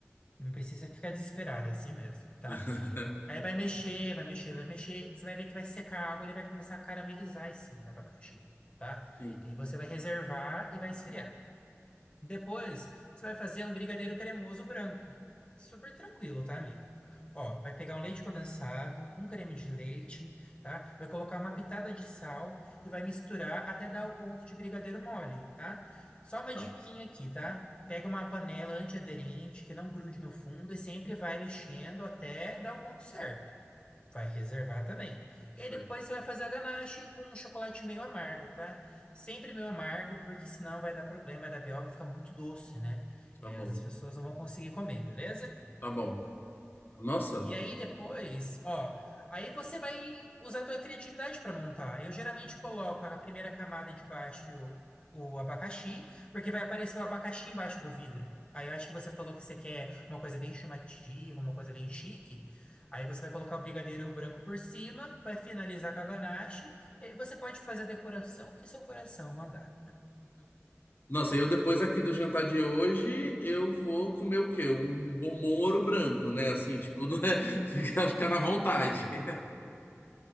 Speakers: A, on the left; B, on the left.
A: Não precisa ficar desesperado, é assim mesmo, tá?
B: <laughs>
A: Aí vai mexer, vai mexer, vai mexer. Você vai ver que vai secar a água, ele vai começar a caramelizar esse abacaxi, tá?
B: Sim,
A: E você vai reservar e vai esfriar. Depois, você vai fazer um brigadeiro cremoso branco. Super tranquilo, tá, amigo? Ó, vai pegar um leite condensado, um creme de leite, tá? Vai colocar uma pitada de sal e vai misturar até dar o ponto de brigadeiro mole, tá? Só uma
B: tá,
A: diquinha aqui, tá? Pega uma panela antiaderente que não grude no fundo e sempre vai mexendo até dar o ponto certo. Vai reservar também.
B: certo.
A: E aí depois você vai fazer a ganache com um chocolate meio amargo, tá? Sempre meio amargo, porque senão vai dar problema, vai dar BO, vai ficar muito doce, né? E
B: Tá
A: aí
B: bom.
A: às vezes as pessoas não vão conseguir comer, beleza?
B: Tá bom. Nossa,
A: E aí depois, ó, aí você vai usar a tua criatividade para montar. Eu geralmente coloco a primeira camada de baixo o, o abacaxi, porque vai aparecer o abacaxi embaixo do vidro. Aí eu acho que você falou que você quer uma coisa bem chamativa, uma coisa bem chique. Aí você vai colocar o brigadeiro branco por cima, vai finalizar com a ganache, e aí você pode fazer a decoração que seu coração mandar.
B: nossa, eu depois aqui do jantar de hoje, eu vou comer o quê? Um bombom ouro branco, né? Assim, tipo, <laughs> né? Ficar, ficar na vontade. <laughs>